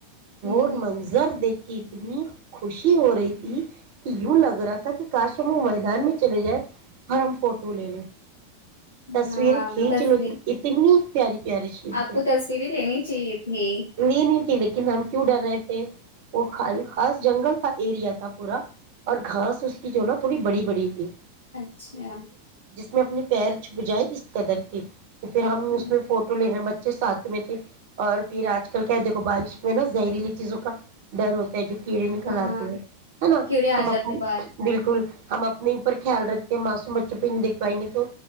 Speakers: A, on the left; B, on the right.
A: ہ
B: وہ منظر دیکھ کے کہ اتنی خوشی ہو رہی تھی کہ یوں لگ رہا تھا کہ کاش م دان میں چلے جائے اور ہم فوٹو لے لیں
A: ہاں
B: تصویر کھیچلو
A: تصویر
B: ت اتنی پیاری پیاری سین
A: آپ
B: تھے
A: کو تصویریں لینی چاہیے تھی
B: لی نہیں لیکن ہم کیوں ڈر رہے تھے وہ خاص جنگل کا ایریا تھا پورا اور گھاس اس کی جو نا تھوڑی بڑی بڑی رتی
A: اچھا
B: اس میں اپنی پیر چھپ جائائے اس قدر کے تو پھر ہم
A: ہاں
B: اس میں فوٹو لینےا بچے اچھے ساتھ میں تھے اور پھر آج کل کیا دیکھو بارش میں نا زہریلی چیزوں کا ڈر ہوتا ہے جو کیڑے نکل
A: ہاں
B: آتے ہیں ہے نا
A: کیڑے آ
B: ہم
A: جاتے
B: اپ
A: باہر
B: بالکل <unintelligible> اپنے اپر خیال رکھتے ہیں مسوم چپے دھ پائیں گے تو